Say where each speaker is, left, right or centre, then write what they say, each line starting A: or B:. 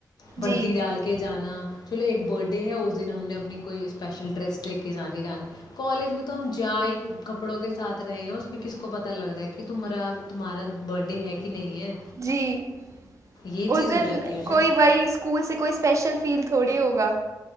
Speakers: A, on the left (about 75°); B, on the right (about 45°).
A: بردی
B: جی
A: ڈال کے جانا چلو ایک برتھ ڈے ہے اس دن ہم نے اپنی کوئی اسپیشل ڈریس لے کے جانے ڈال کالج میں تو ہم جا ہی کپڑوں کے ساتھ رہے ہیں اس میں کس کو پتا لگ رہا ہے کہ تا تمہارا برتھ ڈے ہے کہ نہیں ہے؟
B: جی
A: یہ
B: اس
A: چیز
B: دن
A: ہو جاتی ہے
B: کوئی
A: نا۔
B: بائی اسکول سے کوئی اسپیشل فیل تھوڑی ہوگا